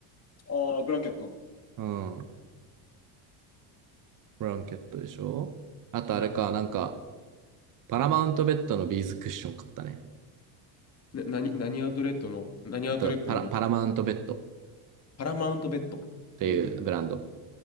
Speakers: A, on the left; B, on the right.
A: ああ、ブランケット。
B: うん、ブランケットでしょあとあれか、
A: な、
B: なんか、パラマウントベッドのビーズクッション買ったね。
A: 何、何アウトレットの、何アウトレットのビ、
B: えっと、パラ、パラマウントベッドっ
A: パラマウントベッド。
B: ていうブランド。
A: うーん。